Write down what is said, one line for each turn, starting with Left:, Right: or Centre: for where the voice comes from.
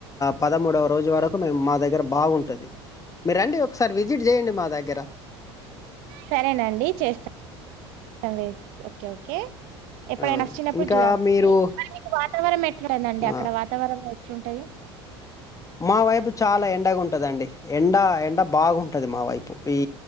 Left: పదమూడవ రోజు వరకు మేము మా దగ్గర దగ్గర బాగుంటుంది మీరుండి ఒకసారి విజిట్ చేయండి మా దగ్గర
Right: సరేనండి చేస్తాను ఓకే ఓకే ఎప్పుడైనా
Left: ఆ
Right: వచ్చినప్పుడు
Left: ఇంకా
Right: చూద్దామండి
Left: మీరు
Right: తరి మ ఎట్ందడి అక్కడ
Left: ఆ
Right: వాతావరణం ఎట్లుంటది
Left: మా వైపు చాలా ఎండగా ఉంటంది ఉంటుందండి ఎండ ఎండ బాగుంటుంది మా వైపు ఈ